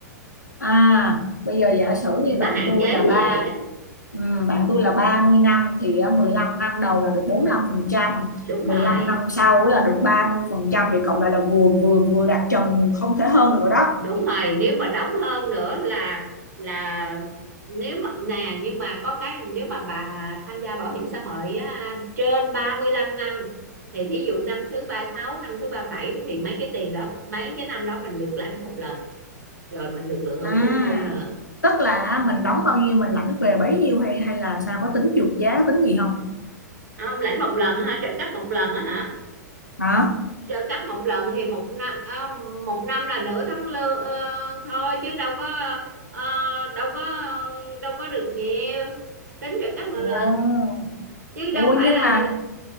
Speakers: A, on the left; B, on the right.
A: À, bây giờ giả sử như
B: nó
A: bạn
B: hạn
A: tôi
B: chế
A: là
B: như
A: ba
B: vậy á
A: ừm, bạn tôi là 30 năm thì ờ, 15 năm đầu là được bốn lăm phần trăm
B: đúng
A: mười
B: rồi
A: lăm năm sau là được ba mươi phần trăm vậy cộng lại là vừa vừa vừa đạt trần không thể hơn được rồi đó.
B: đúng rồi nếu mà đóng hơn nữa là là nếu mà nè nhưng mà có cái nếu mà bà tham gia bảo hiểm xã hội á, trên 35 năm thì thí dụ năm thứ ba sáu năm thứ ba bảy thì mấy cái tiền đó mấy cái năm đó mình được lãnh một lần rồi mình được lựa hưởng
A: À,
B: lương hưu nữa
A: tức là à, mình đóng bao nhiêu mình lãnh về bấy nhiêu hay hay là sao có tính trượt giá tính gì không?
B: không lãnh một lần hả trợ cấp một lần á hả
A: Hả?
B: trợ cấp một lần thì một năm một năm là nửa tháng lương ờ, thôi chứ đâu có ờ, đâu có đâu có được nhiều tính trợ cấp mà
A: Ồ,
B: lời chứ đâu
A: ôi
B: phải
A: nhưng
B: là
A: mà
B: là